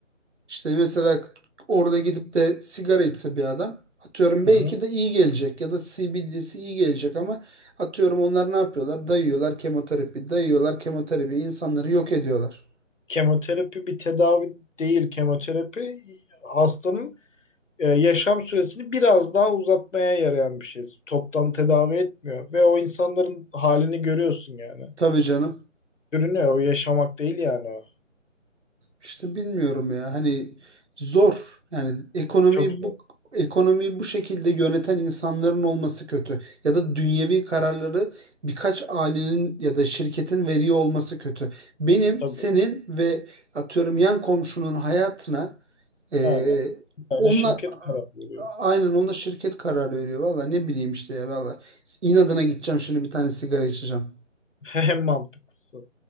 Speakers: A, on the right; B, on the left.
A: işte mesela orada gidip de sigara içse bir adam atıyorum
B: Hı
A: belki
B: hı.
A: de iyi gelecek ya da CBD'si iyi gelecek ama atıyorum onlar ne yapıyorlar? Dayıyorlar kemoterapi, dayıyorlar kemoterapi insanları yok ediyorlar.
B: Kemoterapi bir tedavi değil. Kemoterapi hastanın e, yaşam süresini biraz daha uzatmaya yarayan bir şey. Toptan tedavi etmiyor ve o insanların halini görüyorsun yani.
A: Tabii canım.
B: Sürünüyor. O yaşamak değil yani o.
A: İşte bilmiyorum ya hani zor yani ekonomiyi
B: Çok zor.
A: bu ekonomiyi bu şekilde yöneten insanların olması kötü ya da dünyevi kararları birkaç ailenin ya da şirketin veriyor olması kötü. Benim,
B: Tabii.
A: senin ve atıyorum yan komşunun hayatına eee
B: Aynen. Bir tane
A: onunla
B: şirket karar veriyor.
A: aynen onunla şirket karar veriyor. Valla ne bileyim işte ya valla inadına gideceğim şimdi bir tane sigara içeceğim.
B: <laughs> En mantıklısı.